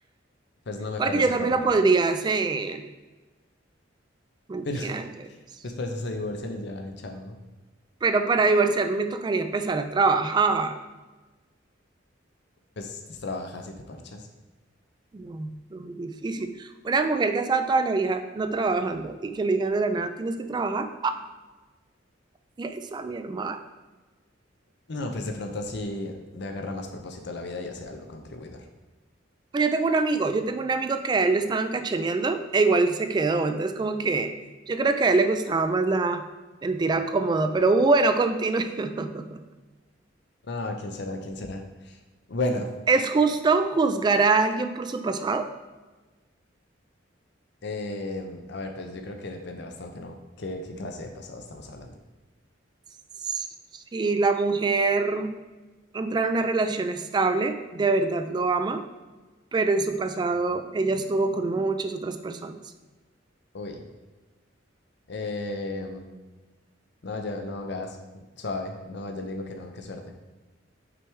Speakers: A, on the left (about 60°); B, on the right (about 25°).
A: Pues no me
B: Porque
A: parece
B: yo también
A: para nada.
B: lo podría hacer, ¿me entiendes?
A: Pero <laughs> después de eso se divorcian y ya, y chao.
B: Pero para divorciarme me tocaría empezar a trabajar.
A: Pues trabajas y te parchas.
B: No, es muy difícil. Una mujer que ha estado toda la vida no trabajando y que le digan de la nada, tienes que trabajar. Esa, mi hermano.
A: No, pues de pronto así le agarra más propósito a la vida y hace algo contribuidor.
B: Pues Yo tengo un amigo, yo tengo un amigo que a él lo estaban cachoneando e igual se quedó. Entonces, como que yo creo que a él le gustaba más la mentira cómoda. Pero bueno, continuemos. <laughs>
A: No, ¿quién será? ¿Quién será? Bueno,
B: ¿Es justo juzgar a alguien por su pasado?
A: eh, a ver, pues yo creo que depende bastante, ¿no? ¿Qué, qué clase de pasado estamos hablando?
B: Si la mujer entra en una relación estable, de verdad lo ama, pero en su pasado ella estuvo con muchas otras personas.
A: Uy. Eh, No, yo, no, gas, suave. No, yo le digo que no, qué suerte.